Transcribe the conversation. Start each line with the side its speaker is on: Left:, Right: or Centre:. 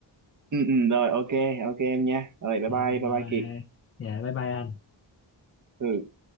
Right: ừ ừ, rồi ok ok em nha rồi bye
Left: dạ
Right: bye bye bye
Left: rồi
Right: Kiệt
Left: dạ bye bye anh
Right: ừ